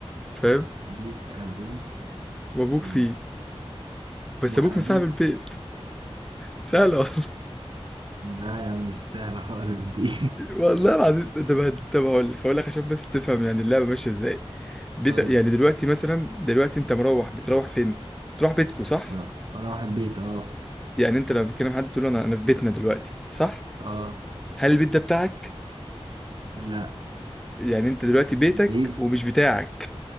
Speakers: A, in the centre; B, on the right.
A: فاهم
B: بيت ابوك
A: وأبوك
B: و...
A: فيه بس
B: وابوك
A: أبوك مصاحب البيت سهلة والله
B: لا يا عم مش سهلة خالص دي
A: والله العظيم طب طب هقول لك هقول لك عشان بس تفهم يعني اللعبه ماشيه ازاي بيت...
B: <laughs> طيب
A: يعني دلوقتي مثلا دلوقتي انت مروح بتروح فين؟ تروح بيتكو صح؟
B: مرا- اروح البيت اه
A: يعني انت لما بتتكلم مع حد تقول له انا انا في بيتنا دلوقتي صح؟
B: اه
A: هل البيت ده بتاعك؟
B: لا
A: يعني انت دلوقتي بيتك
B: بيت
A: ومش بتاعك